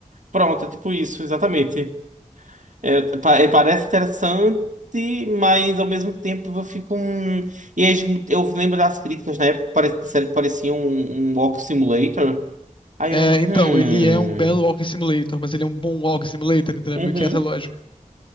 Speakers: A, on the right (about 70°); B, on the left (about 40°).
A: Pronto, é tipo isso, exatamente. É, pa- é, parece interessante, mas ao mesmo tempo eu fico um. E aí, eu lembro das críticas na época que pare... disseram que parecia um, um Walk Simulator. Aí
B: É,
A: eu. Hum.
B: então, ele é um belo Walking Simulator, mas ele é um bom Walking Simulator, entendeu?
A: Uhum.
B: Meio que essa é a lógica.